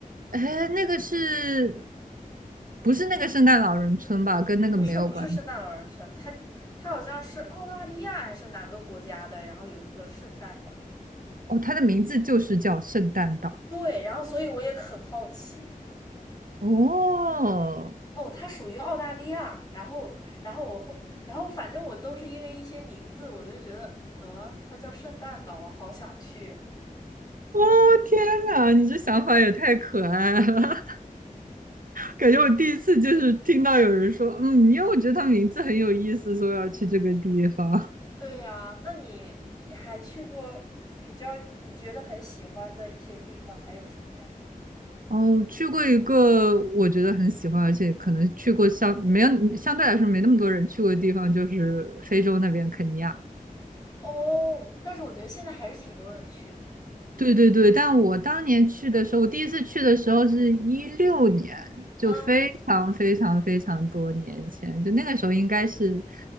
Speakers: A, on the right; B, on the left.
A: 哎，那个是不是那个圣诞老人村吧？跟那个没有关系。
B: 不是不是圣诞老人村，它它好像是澳大利亚还是哪个国家的，然后有一个圣诞岛。
A: 哦，它的名字就是叫圣诞岛。
B: 对，然后所以我也很好奇，
A: 哦，
B: 哦，它属于澳大利亚，然后然后我后然后反正我都是因为一些名字，我就觉得，嗯，它叫圣诞岛，我好想去。
A: 哦，天哪，你这想法也太可爱了，<laughs> 感觉我第一次就是听到有人说，嗯，因为我觉得他名字很有意思，所以我要去这个地方。
B: 对呀，那你还去过比较你觉得很喜欢的一些地方还有什么呀？
A: 哦，我去过一个我觉得很喜欢，而且可能去过相没有相对来说没那么多人去过的地方，就是非洲那边肯尼亚。
B: 哦，但是我觉得现在还是挺多人去的。
A: 对对对，但我当年去的时候，我第一次去的时候是一六年，就非常非常非常多年前，
B: 嗯。
A: 就那个时候应该是